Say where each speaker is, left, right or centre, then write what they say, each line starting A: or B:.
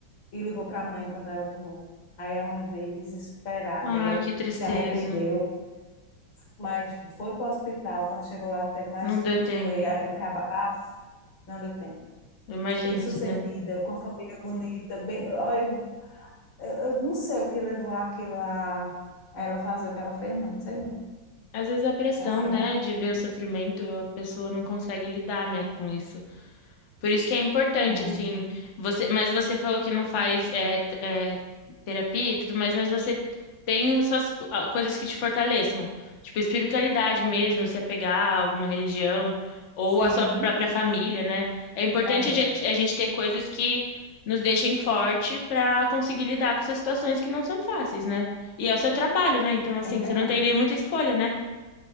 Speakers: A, on the left; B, on the left.
A: e ligou para a mãe quando ela tomou. Aí a mãe veio desesperada,
B: Ai,
A: ela
B: que tristeza.
A: se arrependeu, mas foi para o hospital. Quando chegou lá, não teve mais
B: Não
A: jeito.
B: deu tempo.
A: Foi, a- eu ficava, ah, não deu tempo.
B: Imagino
A: Bem-sucedida,
B: se der.
A: com a família bonita, bem, olha, eu, eu eu não sei o que levou aquilo a, a ela fazer o que ela fez, não, não sei não.
B: Às vezes é a pressão,
A: É assim,
B: né,
A: né?
B: de ver o sofrimento, a pessoa não consegue lidar, né, com isso. Por isso que é importante,
A: É.
B: assim, você, mas você falou que não faz é, t- é, terapia e tudo mais, mas você tem suas ah, coisas que te fortaleçam, tipo espiritualidade mesmo, se apegar a alguma religião ou
A: Sim.
B: a sua própria família, né? É importante
A: É,
B: a gente, a gente ter coisas que nos deixem forte para conseguir lidar com essas situações que não são fáceis, né? E é o seu trabalho, né? Então, assim,
A: é verdade.
B: você não tem nem muita escolha, né?